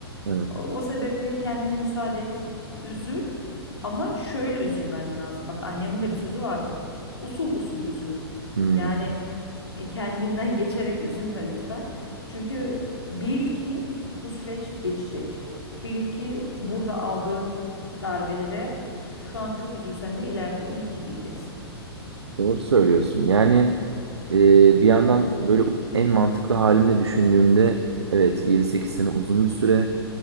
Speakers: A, on the right; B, on the left.
A: Evet.
B: O, o sebeple kendine müsaade et. Üzül ama şöyle üzülmen lazım. Bak annemin de bir sözü vardır. Usul usul üzül.
A: Hmm,
B: Yani e, Kendinden <laughs> geçerek üzülme lütfen. Çünkü bil ki bu süreç geçecek. Bil ki burada aldığın darbelere şu an çok üzülsen de ileride iyi ki diyeceksin.
A: Doğru söylüyorsun. Yani e, bir yandan böyle en mantıklı halimle düşündüğümde evet yedi sekiz sene uzun bir süre